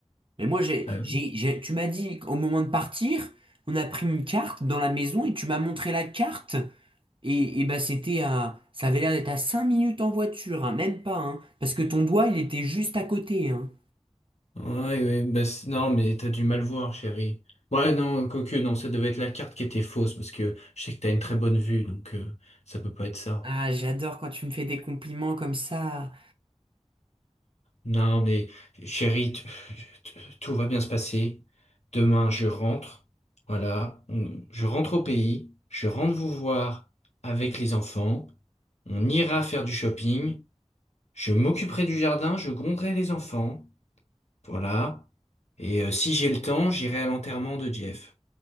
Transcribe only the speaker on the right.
Mais moi, j'ai,
j'ai, j'ai- tu m'as dit qu'au moment de partir, on a pris une carte dans la maison et tu m'as montré la carte. Et, et bah c'était à, ça avait l'air d'être à 5 minutes en voiture, hein, même pas, hein, parce que ton doigt, il était juste à côté, hein.
Ah, j'adore quand tu me fais des compliments comme ça.